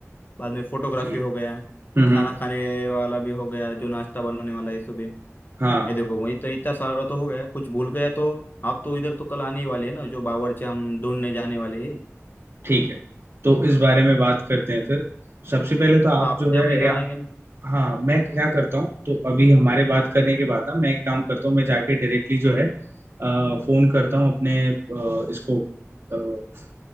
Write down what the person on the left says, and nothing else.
बाद में फोटोग्राफी
हो गया
खाना
खाने वाला भी हो गया जो नाश्ता बनाने वाला है सुबह
ये देखो वही तो इतना सारा तो हो गया कुछ भूल गया तो आप तो इधर तो कल आने ही वाले हैं ना जो बावर्ची हम ढूंढने जाने वाले हैं
आप
जब
इधर
आएंगे